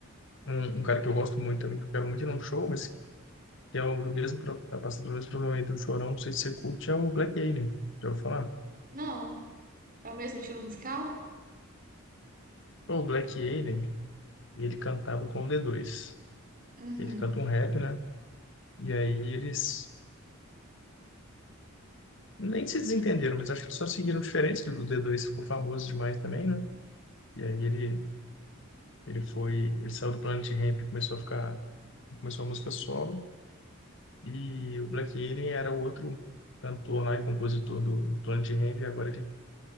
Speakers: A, on the left; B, on the right.
A: Um, um cara que eu gosto muito também, que eu quero muito ir num show, mas que é o do mesmo, pro- tá passando pelo mesmo problema aí do Chorão, não sei se você curte, é o Black Alien. Já ouviu falar?
B: Não. É o mesmo estilo musical?
A: O Black Alien, ele cantava com o D2.
B: Uhum.
A: Ele canta um rap, né? E aí eles nem se desentenderam, mas acho que só seguiram diferentes do D2, ficou famoso demais também, né? E aí ele, ele foi, ele saiu do Planet Hemp e começou a ficar, começou a música solo. E o Black Alien era o outro cantor lá e compositor do, do Planet Hemp, e agora ele,